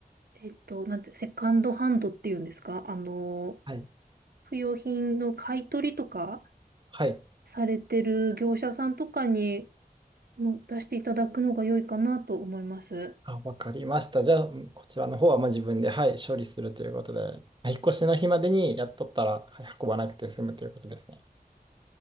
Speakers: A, on the right; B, on the right.
A: えっと、なんて、セカンドハンドっていうんですか、あの、
B: はい。
A: 不用品の買い取りとか
B: はい
A: されてる業者さんとかにの出していただくのが良いかなと思います。
B: あ、わかりました。じゃあ、こちらの方はまあ自分で、はい、処理するということで、まあ引っ越しの日までにやっとったら、はい、運ばなくて済むということですね。